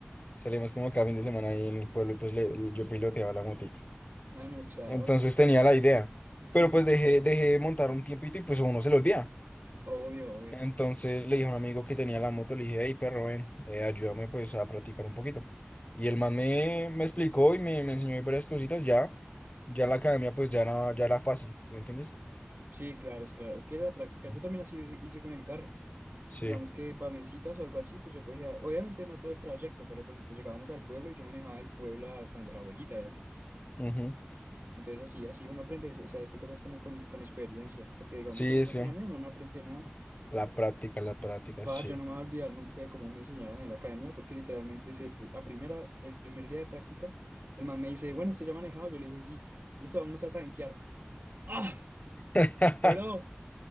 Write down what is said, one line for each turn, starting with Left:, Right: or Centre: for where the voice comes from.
Left: salíamos como cada fin de semana ahí en el pueblo y pues le- yo piloteaba la moto.
Right: Ah, no, chao.
Left: Entonces tenía la idea.
Right: Sí,
Left: Pero
Right: sí,
Left: pues
Right: sí,
Left: dejé,
Right: claro.
Left: dejé de montar un tiempito y pues a uno se le olvida.
Right: Obvio, obvio.
Left: Entonces le dije a un amigo que tenía la moto, le dije, hey perro, ven, eh, ayúdame pues a practicar un poquito. Y el man me, me explicó y me, me enseñó varias cositas. Ya, ya la academia pues ya era, ya era fácil, ¿tú me entiendes?
Right: Sí, claro, es claro. Es que era la práctica.
Left: Ujú.
Right: Yo también así hice hice con el carro.
Left: Sí.
Right: digamos que para mis o algo así, pues yo cogía, obviamente no todo el trayecto, pero por ejemplo llegábamos al pueblo y yo manejaba el pueblo hasta donde la abuelita y así.
Left: Ujú.
Right: Entonces así, así uno aprende, o sea, es que tocas como con, con experiencia, porque digamos
Left: Sí,
Right: en esa
Left: sí.
Right: academia uno no aprende nada.
Left: La práctica, la práctica,
Right: Va,
Left: sí.
Right: yo no me voy a olvidar nunca de cómo me enseñaron en la academia, porque literalmente se, la primera, el primer día de práctica, el man me dice, bueno, ¿usted ya ha manejado? Yo le dije, sí, listo, vámonos a tanquear. ¡Ah!
Left: <laughs>
Right: Bro,